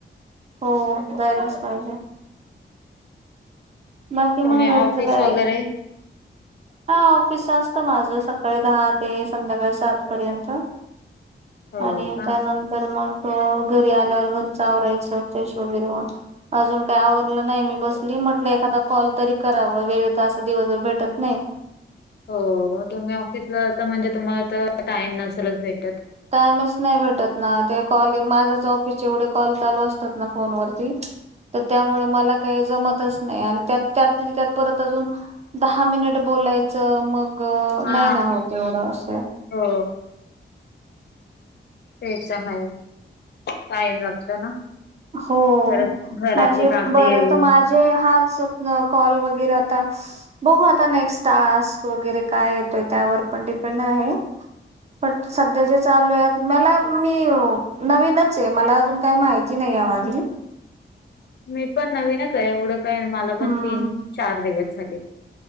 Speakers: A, on the right; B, on the left.
A: हो जायलाच पाहिजे बाकी
B: तुम्ही
A: मग
B: ऑफिस
A: घरचं काय
B: वगैरे
A: हा ऑफिस असत माझ स सकाळी दहा ते संध्याकाळी सात पर्यंत
B: हो
A: आणि
B: का
A: त्यानंतर मग घरी आल्यावर घरच आवरायचं फ्रेश वगैरे होन अजून काय आवरलं नाही मी बसली म आपण एखादा कॉल तरी करावा वेळ तर अस दिवसभर भेटत नाही
B: हो तुम्ही ऑफिसला जाता म्हणजे तुम्हाला तर टाइम नसेलच भेटत
A: टायमच नाही भेटत ना ते कॉलिंग माझ्याच ऑफिस एवढे कॉल चालू असतात ना फोनवर त्यामुळे मला का जमत नाही आणि त्या त्यात त्यात परत अजून दहा मिनिट बोलायचं मग ग
B: हा
A: नाही ना होत एवढं असं
B: हो तेच आहे टाईम लागतो ना
A: हो
B: परत घरातली
A: म्हणजे
B: कामं
A: बर
B: येऊन
A: तर माझे ह कॉल वगैरे आता बघू आता नेक्स्ट टास्क वगैरे काय येतोय त्यावर पण डिपेंड आहे पण सध्या जे चालू आहे मला मी नवीनच आहे मला अजून काय माहि ती नाही हो आतली
B: मी पण नवीनच आहे एवढं काय मला पण
A: हम्म
B: तीन चार दिवस झाले.